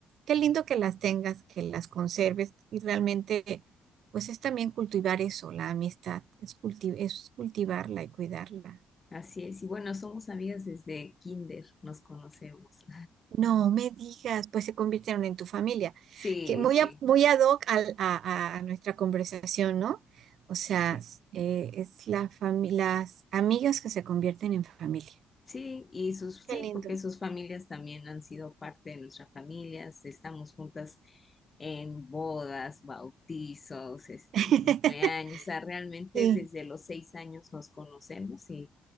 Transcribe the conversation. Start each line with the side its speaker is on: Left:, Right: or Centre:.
Right: qué lindo que las tengas, que las conserves y realmente, pues es también cultivar eso, la amistad, es, culti- es cultivarla y cuidarla.
Left: así es. Y bueno, somos amigas desde kinder, nos conocemos.
Right: No me digas, pues se convirtieron en tu familia,
Left: Sí,
Right: que muy,
Left: sí,
Right: a- muy ad hoc al- a, a- a nuestra conversación, ¿no? O sea,
Left: sí,
Right: s- eh, es la fami- las amigas que se convierten en familia.
Left: sí, y sus,
Right: Qué
Left: sí,
Right: lindo.
Left: porque sus familias también han sido parte de nuestras familias, estamos juntas en bodas, bautizos, este,
Right: <laughs>
Left: en cumpleaños, o sea, realmente
Right: Sí.
Left: desde los seis años nos conocemos y